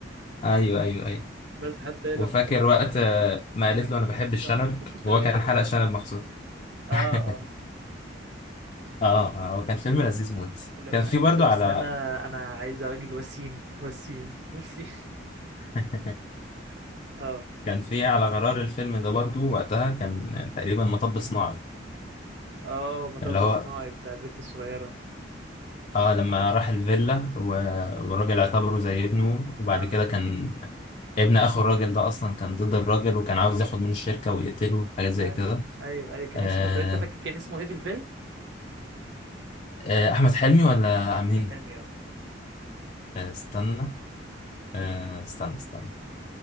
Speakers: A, on the left (about 35°); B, on the right (about 60°).
A: ايوه ايوه ايوه
B: بس حتى هي
A: وفاكر
B: لما طلبت
A: وقت آه، ما قالت
B: عايزه
A: له انا
B: كابتشينو
A: بحب الشنب
B: قال لها انت بتشربي
A: وهو كان
B: كابتشينو
A: حلق شنب مخصوص
B: اه
A: <laughs>
B: آه.
A: اه اه هو كان فيلم لذيذ موت
B: ولما
A: كان في
B: قالت
A: برضو
B: لأسامة
A: على
B: أنا عايزة راجل وسيم وسيم وسيم
A: <laughs>
B: <laughs> اه
A: كان في على غرار الفيلم ده برضو وقتها كان تقريبا مطب صناعي
B: اه مطب
A: اللي هو
B: صناعي بتاع البت الصغيرة
A: اه لما راح الفيلا و- والراجل اعتبره زي ابنه وبعد
B: اه
A: كده كان ابن اخو الراجل ده اصلا كان ضد الراجل وكان عاوز ياخد من الشركة ويقتله حاجة زي
B: ايوه
A: كده
B: ايوه ايوه كان
A: آه
B: اسمه طب انت فاكر كان اسمه ايه في الفيلم؟
A: آه احمد حلمي ولا مين
B: أحمد حلمي اه
A: آه استنى آه استنى استنى